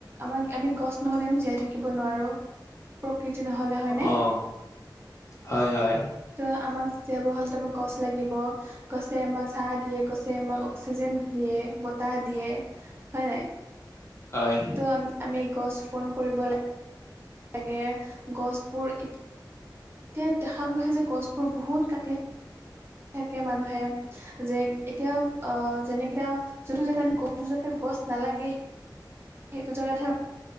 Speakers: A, on the right; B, on the left.
A: আমাক আমি গছ নহ'লে আমি জীয়াই থাকিব নোৱাৰোঁ।
B: <inaudible>
A: প্ৰকৃতি নহ'লে। হয়নে?
B: অ, হয়-হয়।
A: তো আমাক জীয়াব হ'লেতো <unintelligible> গছ লাগিব। গছে আমাক চা দিয়ে, গছে আমাক অক্সিজেন দিয়ে, বতাহ দিয়ে হয় নাই?
B: হয়।
A: ত' আম- আমি গছ-ৰোপন কৰিব লাগ লাগে গছবোৰ ইত এতিয়া দেখা গৈছে যে গছবোৰ বহুত কাটি <inaudible> থাকে মানুহে। যেং এতিয়া অ, যেনেকে অ, যোনটো জেগাত <unintelligible> গছ নালাগে। সেইটো জাগাতহে